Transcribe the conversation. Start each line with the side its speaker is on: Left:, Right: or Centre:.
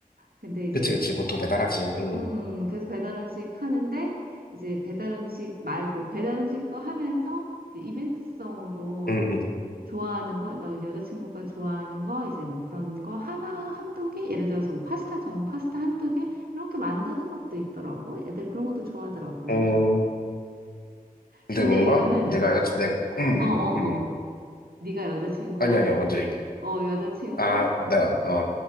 Right: 근데 이제,
Left: 그치, 그치. 보통 배달하지. 응,
Right: 음, 음. 그래서 배달 음식 하는데 이제 배달 음식 말고 배달 음식도 하면서 이제 이벤트성으로
Left: 응,
Right: 좋아하는 거, 너 여자친구가 좋아하는 거, 이제 뭐 그런 거 하나, 한두 개? 예를 들어서 뭐 파스타 전 파스타 한두 개? 이렇게 만드는 것도 있더라고. 애들 그런 것도 좋아하더라고.
Left: 응. 어, 근데
Right: 근데
Left: 뭔가
Right: 이거는,
Left: 내가 알려주- 내가 응,
Right: 어,
Left: 응,
Right: 어,
Left: 응.
Right: 어. 네가 여자친구,
Left: 아니 아니야 먼저 얘기해.
Right: 어, 여자친구?
Left: 아, 내가, 어,